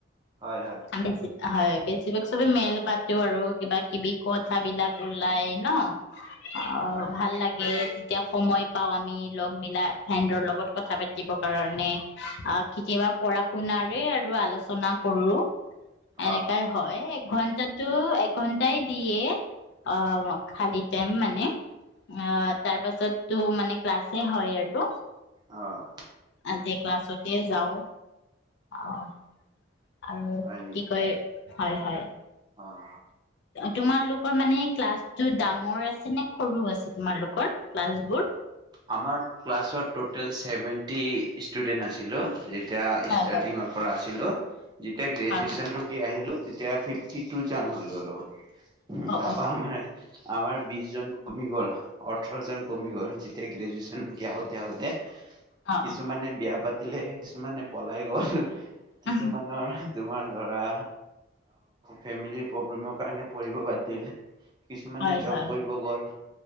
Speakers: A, on the right; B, on the left.
A: হয় হয়।
B: বেছি হয় বেছিভাগ চবে মেল পাতো আৰু কিবা কিবি কথাবিলাক ওলাই ন। অ'
A: হয়
B: ভাল
A: হয়
B: লাগে যেতিয়া সময় পাওঁ আমি লগ মিলা ফ্ৰেণ্ডৰ লগত কথা পাতিবৰ কাৰণে অ' কেতিয়াবা পঢ়া শুনাৰ সেই আৰু আলোচনা কৰো। এনেকাই
A: অ
B: হয়। ঘন্টাটো এঘন্টাই দিয়ে অ' খালি টাইম মানে নে। অ' তাৰ পাছতটো মানে ক্লাছে হয় আৰু।
A: অ'।
B: আজি ক্লাছতে যাও অ' আৰু
A: হয় নেকি
B: কি কয় হয় হয়।
A: অ'।
B: তোমালোকৰ মানে ক্লাছটো ডাঙৰ আছে নে সৰু আছে তোমালোকৰ ক্লাছ বোৰ?
A: আমাৰ ক্লাছত টোতেল ছেভেন্টি ষ্টুডেন্ট আছিলো। এতিয়া
B: হয়
A: ষ্টাৰ্টিঙৰ পৰা আছিলো যেতিয়া গ্ৰেজুুৱেচনলৈক
B: হয় হয়
A: কি আহিলো তেতিয়া ফিফটি টু জন হৈ গ'লো।
B: অ
A: ভাৱা আমাৰ আমাৰ বিশ জন কমি গ'ল, ওঠৰ জন কমি গ'ল। যেতিয়া গ্ৰেজুৱেচন আহোতে আহোতে
B: অ অ
A: কিছুমানে বিয়া পাত তিলে কিছুমানে পলাই গ'ল কিছুমানৰ
B: অ
A: তোমাৰ ধৰা ফেমিলি প্ৰব্লেমৰ কাৰণে পৰিব বাদ দিল কিছুমানে
B: হয়
A: জব
B: হয় হয়
A: কৰিব গ'ল